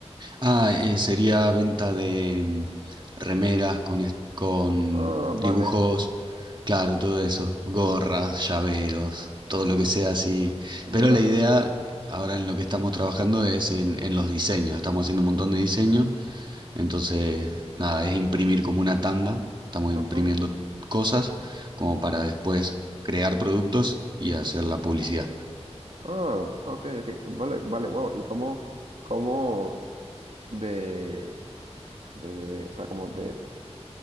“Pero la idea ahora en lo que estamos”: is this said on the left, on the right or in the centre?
Right